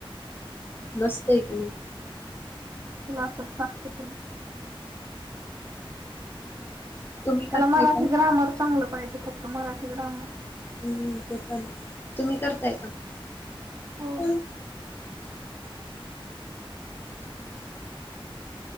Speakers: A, on the left; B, on the right.
A: मस्तं हे की नी मंग
B: तसंच केलं असल फास्ट त्यानं
A: तुम्ही करताय
B: त्याला मराठी
A: का
B: ग्रामर चांगलं पाहिजे फक्त मराठी ग्रामर
A: हम्म तस नाही तुम्ही करताय का
B: हो
A: <unintelligible> <unintelligible>